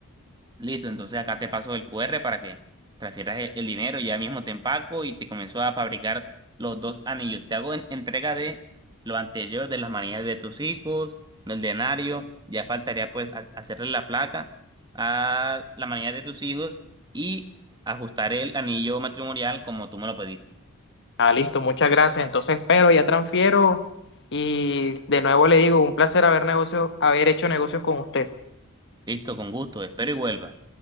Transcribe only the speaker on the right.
Listo, entonces acá te paso el QR para que transfieras e- el dinero ya mismo te empaco y te comenzó a fabricar los dos anillos. Te hago en- entrega de lo anterior, de las manillas de tus hijos, del denario. Ya faltaría pues ha- hacerle la placa a la manilla de tus hijos y ajustar el anillo matrimonial como tú me lo pediste.
Listo, con gusto. Espero y vuelva.